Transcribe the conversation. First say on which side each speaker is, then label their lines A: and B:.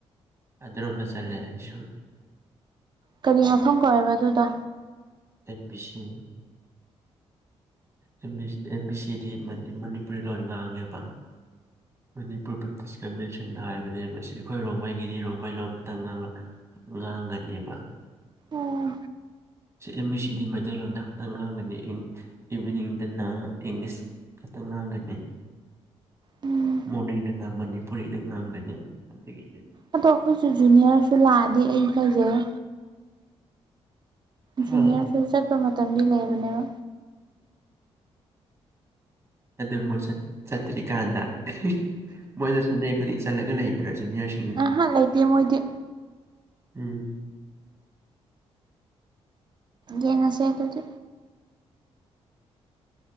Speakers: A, on the right (about 25°); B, on the right (about 40°).
A: ꯑꯗꯨꯔꯣꯝꯗ ꯆꯠꯂꯦ ꯑꯩꯁꯨ
B: ꯀꯔꯤ ꯃꯐꯝ ꯀꯧꯋꯦꯕ ꯑꯗꯨꯗꯣ
A: N B C M B M B ꯁꯤꯗꯤ ꯃꯅꯤ ꯃꯅꯤꯄꯨꯔꯤ ꯂꯣꯟ ꯉꯥꯡꯉꯦꯕ ꯃꯅꯤꯄꯨꯔ ꯕ꯭ꯞꯇꯤꯁ ꯀꯟꯚꯦꯟꯁꯟ ꯍꯥꯏꯕꯅꯦꯕ ꯑꯁꯤ ꯑꯩꯈꯣꯏ ꯔꯣꯡꯃꯩꯒꯤꯗꯤ ꯔꯣꯡꯃꯩ ꯂꯣꯟ ꯈꯛꯇꯪ ꯉꯥꯡꯂ ꯉꯥꯡꯒꯅꯦꯕ
B: ꯑꯣ
A: ꯁꯤ ꯑꯦꯝ ꯕꯤ ꯁꯤ ꯗꯤ ꯃꯥꯏꯇꯩꯂꯣꯟꯗ ꯈꯛꯇꯪ ꯉꯥꯡꯒꯅꯤ ꯏꯪ ꯏꯚꯤꯅꯤꯡꯗꯅ ꯏꯪꯂꯤꯁ ꯈꯛꯇ ꯉꯥꯡꯒꯅꯤ
B: ꯎꯝ
A: ꯃꯣꯔꯅꯤꯡꯗꯅ ꯃꯅꯤꯄꯨꯔꯤꯗ ꯉꯥꯡꯒꯅꯤ ꯑꯗꯒꯤꯗꯤ
B: ꯑꯗꯣ ꯑꯩꯈꯣꯏꯁꯨ ꯖꯨꯅꯤꯌꯔꯁꯨ ꯂꯥꯛꯑꯗꯤ ꯑꯩ ꯏꯀꯥꯏꯖꯩ
A: ꯍꯥ
B: ꯖꯨꯅꯤꯌꯥꯔꯁꯨ ꯆꯠꯄ ꯃꯇꯝꯗꯤ ꯂꯩꯕꯅꯦꯕ
A: ꯑꯗꯨ ꯃꯣꯏ ꯆꯠ ꯆꯠꯇ꯭ꯔꯤꯀꯥꯟꯗ ꯑꯍꯥ ꯃꯣꯏꯗꯣ ꯁꯟꯗꯦ ꯈꯨꯗꯤꯡ ꯆꯠꯂꯒ ꯂꯩꯕ꯭ꯔꯥ ꯖꯨꯅꯤꯌꯔ
B: ꯑꯍꯥ ꯂꯩꯇꯦ ꯃꯣꯏꯗꯤ
A: ꯎꯨꯝ
B: ꯌꯦꯡꯉꯁꯦ ꯑꯗꯨꯗꯤ